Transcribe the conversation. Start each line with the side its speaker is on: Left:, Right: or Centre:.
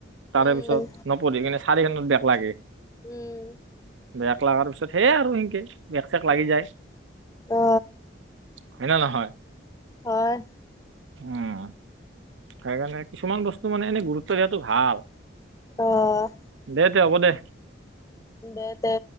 Right: তাৰে
Left: উম
Right: পিছত, নপঢ়ি কিনে চাৰিখনত বেক লাগে।
Left: উম।
Right: বেক লগাৰ পিছত সে আৰু সেনকে বেক-চেক লাগি যায়।
Left: অ।
Right: হয় না নহয়!
Left: হয়।
Right: উম, সেইকাৰণে কিছুমান বস্তু মানে এনে গুৰুত্ব দিয়াতটো ভাল।
Left: অহ
Right: দে তে, হ'ব দে।
Left: দে দে।